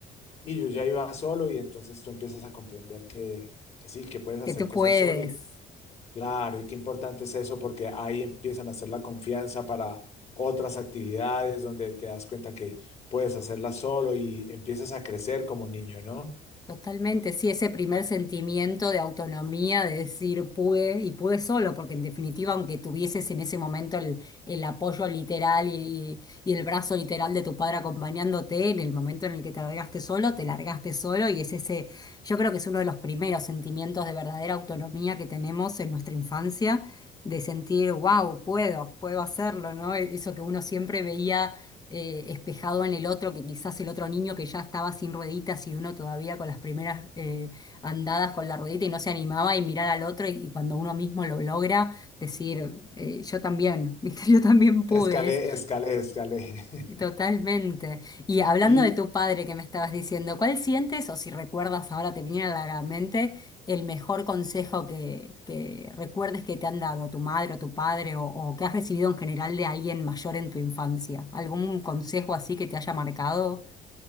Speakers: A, on the left; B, on the left.
A: y yo ya iba solo y entonces tú empiezas a comprender que, que sí, que puedes hacer
B: Que tú
A: cosas
B: puedes.
A: solo Claro, y qué importante es eso porque ahí empiezan a hacer la confianza para otras actividades donde te das cuenta que puedes hacerlas solo y empiezas a crecer como niño, ¿no?
B: Totalmente, sí, ese primer sentimiento de autonomía, de decir pude y pude solo, porque en definitiva, aunque tuvieses en ese momento el, el apoyo literal y, y el brazo literal de tu padre acompañándote, en el momento en el que te largaste solo, te largaste solo y es ese, yo creo que es uno de los primeros sentimientos de verdadera autonomía que tenemos en nuestra infancia, de sentir, wow, puedo, puedo hacerlo, ¿no? E, Eso que uno siempre veía eh, espejado en el otro, que quizás el otro niño que ya estaba sin rueditas y uno todavía con las primeras eh, andadas con la ruedita y no se animaba y mirar al otro y, y cuando uno mismo lo logra, decir, eh, yo también, <laughs> ¿viste? Yo también pude,
A: Escalé, escalé, escalé. <laughs>
B: Totalmente. Y hablando
A: Y
B: de tu padre que me estabas diciendo, ¿cuál sientes o si recuerdas ahora te viniera a la mente el mejor consejo que, que recuerdes que te han dado tu madre o tu padre o, o que has recibido en general de alguien mayor en tu infancia? ¿Algún consejo así que te haya marcado?